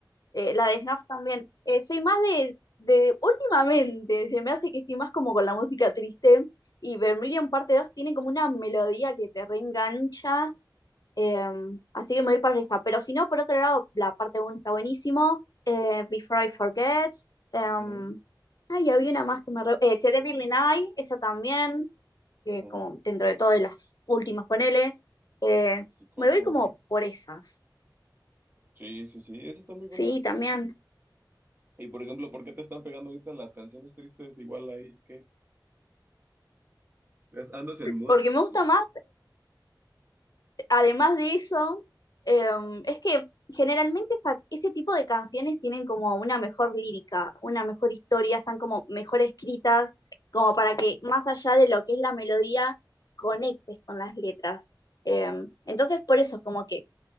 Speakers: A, on the left (about 55°); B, on the right (about 25°).
A: Eh, la de Snap también. Eh, soy más de, de- Últimamente, se me hace que estoy más como con la música triste. Y Vermilion parte dos tiene como una melodía que te reengancha. eh, así que me voy para esa. Pero si no, por otro lado, la parte uno está buenísimo. eh, Before I Forget. em,
B: Ujú,
A: ay, había una más que me... Re... Eh, The Devil in I, esa también. Que
B: ujú.
A: es como dentro de todo de las últimas, ponele. Eh,
B: Así, cocha,
A: me voy como
B: ¿no?
A: por esas.
B: Sí, sí, sí, esas están muy buenas,
A: Sí, también.
B: ¿eh? Y por ejemplo, ¿por qué te están pegando ahorita las canciones tristes igual ahí que es- andas en mood?
A: Porque me gusta
B: triste?
A: más Además de eso, em, es que generalmente esa- ese tipo de canciones tienen como una mejor lírica, una mejor historia, están como mejor escritas, como para que más allá de lo que es la melodía, conectes con las letras. Em, entonces, por eso es como que